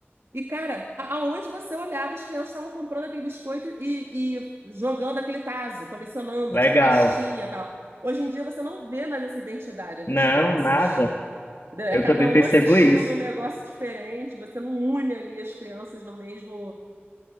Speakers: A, on the right; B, on the left.
A: E, cara, a- aonde você olhava, as crianças estavam comprando aquele biscoito e, e jogando aquele tazo, colecionando,
B: Legal.
A: tinha pastinha e tal. Hoje em dia você não vê mais essa identidade entre
B: Não,
A: as crianças.
B: nada.
A: entendeu?
B: Eu
A: É cada
B: também
A: um
B: percebo
A: assistindo
B: isso.
A: um negócio diferente, você não une ali as crianças no mesmo,